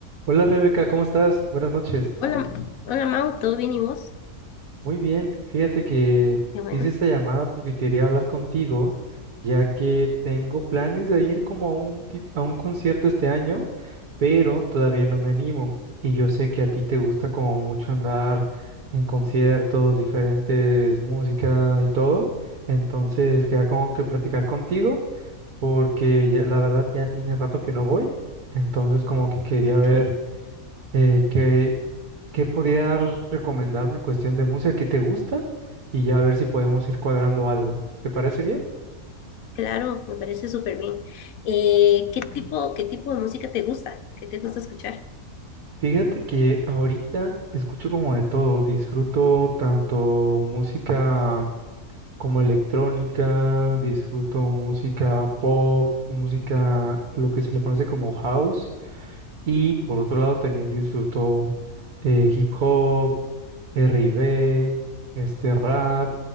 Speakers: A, on the right; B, on the left.
A: Hola Rebeca, ¿cómo estás? Buenas noches.
B: Hola, hola Mau, ¿todo bien y vos?
A: Muy bien, fíjate que
B: Qué bueno,
A: te hice esta llamada porque quería hablar contigo, ya que tengo planes de ir como a un, tip- a un concierto este año, pero todavía no me animo. Y yo sé que a ti te gusta como mucho andar en conciertos, diferentes música y todo. Entonces, queda como que platicar contigo, porque ya- la verdad ya tiene rato que no voy. Entonces, como que quería
B: ok,
A: ver eh, qué ¿Qué podrías recomendarme en cuestión de música? ¿Qué te gusta? Y ya a ver si podemos ir cuadrando algo. ¿Te parece bien?
B: claro, me parece súper bien. Eh, ¿qué tipo, qué tipo de música te gusta? ¿Qué te gusta escuchar?
A: Fíjate que ahorita escucho como de todo. Disfruto tanto música como electrónica, disfruto música pop, música, lo que se le conoce como house. Y por otro lado también disfruto eh, hip hop, R&B, este rap,